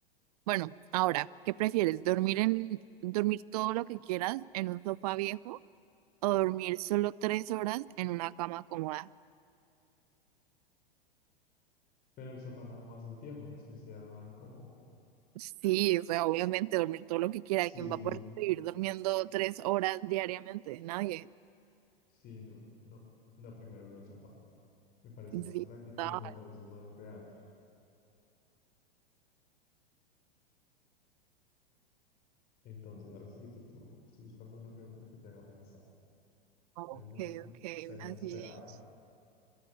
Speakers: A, on the right; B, on the left.
A: Bueno, ahora, ¿qué prefieres? ¿Dormir en, dormir todo lo que quieras en un sofá viejo o dormir solo tres horas en una cama cómoda.
B: Pero el sofá nada más es viejo, no es que sea incómodo.
A: Sí, o sea, obviamente dormir todo lo que quiera.
B: Sí,
A: ¿Quién va a poder vivir durmiendo tres horas diariamente? Nadie.
B: sí, no, no. Lo primero, lo del sofá. Me parece
A: Sí,
B: más práctico,
A: está.
B: me parece más real. Entonces, ahora sigue tu turno. Estoy buscando una pregunta que te haga pensar.
A: Ok,
B: Algo que
A: ok,
B: sea
A: una
B: inesperado.
A: sí.